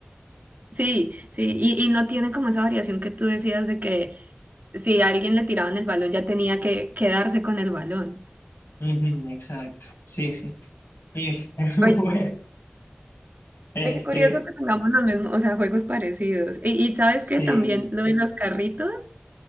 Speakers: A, on the right; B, on the left.
A: Sí, sí, y, y no tiene como esa variación que tú decías de que si a alguien le tiraban el balón ya tenía que quedarse con el balón.
B: Ujú, exacto. Sí, sí. Y <laughs>
A: Oye,
B: bueno, este,
A: ve qué curioso que tengamos los mismos, o sea, juegos parecidos. Y, y sabes
B: Sí.
A: que también lo de los carritos,